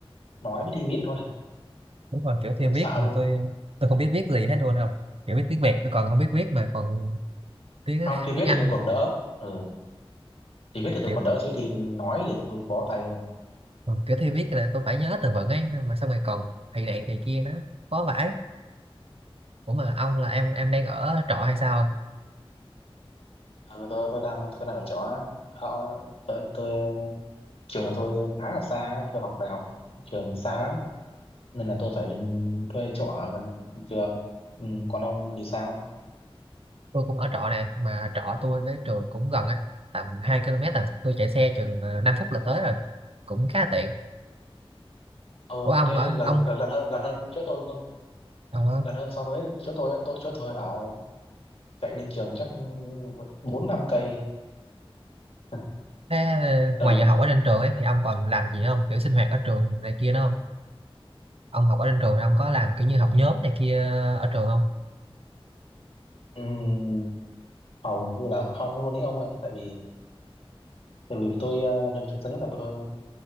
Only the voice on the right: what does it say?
đúng rồi kiểu theo
viết
mà
tôi tôi không biết viết gì hết luôn không kiểu biết tiếng Việt tôi còn không biết viết mà còn tiếng
<laughs>
tiếng Anh
kiểu
ừ, kiểu theo viết là tôi phải nhớ từ vựng ấy nhưng mà xong rồi còn thầy này thầy kia nó khó vãi ủa mà ông là em em đang ở trọ hay sao
tôi cũng ở trọ nè mà trọ tôi với trường cũng gần á tầm 2 km à tôi chạy xe chừng ờ, 5 phút là tới rồi cũng khá là tiện
ủa ông
ở
ông
ờ,
thế ờ,
ngoài giờ học ở trên trường ấy thì ông còn làm gì không kiểu sinh hoạt ở trường này kia nữa ông học ở trên trường ông có làm kiểu như học nhóm này kia ở trường không